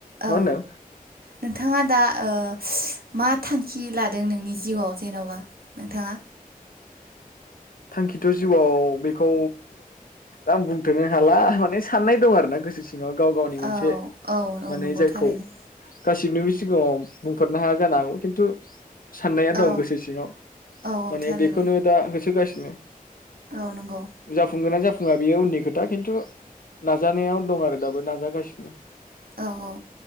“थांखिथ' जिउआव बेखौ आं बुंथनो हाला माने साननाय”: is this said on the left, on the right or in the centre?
Left